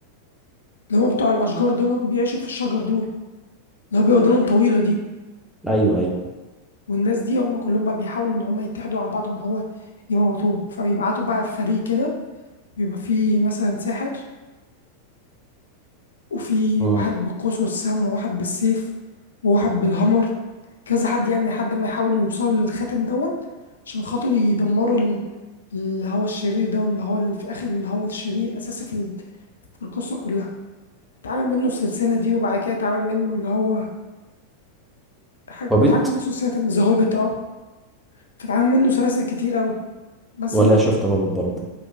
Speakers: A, on the left (about 70°); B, in the centre.
A: اللي هم بتوع الاشجار دول هم بيعيشوا في الشجر دول اللي هو بيبقى ودانهم طويله دي
B: ايوه ايوه
A: والناس دي هم كلهم بقى بيحاولوا ان هم يتحدوا مع بعض ان هو يموتوه فبيبعتوا بقى في فريق كده بيبقى فيه مثلا ساحر وفي
B: امم
A: واحد بالقوس والسم وواحد بالسيف وواحد بالهمر كذا حد يعني لحد ما يحاولوا يوصلوا للخاتم دون عشان خاطر يدمروا ال- اللي هو الشرير ده اللي هو ال- في الاخر اللي هو الشرير الاساسي في ال- في القصه كلها اتعمل منه السلسله دي وبعد كده اتعمل منه اللي هو حاجة
B: هوبيت
A: اتعمل منه سلسله تانية ذا هوبيت اه فاتعمل منه سلاسل كتير قوي بس
B: ولا
A: ال...
B: شفت هوبيت برضه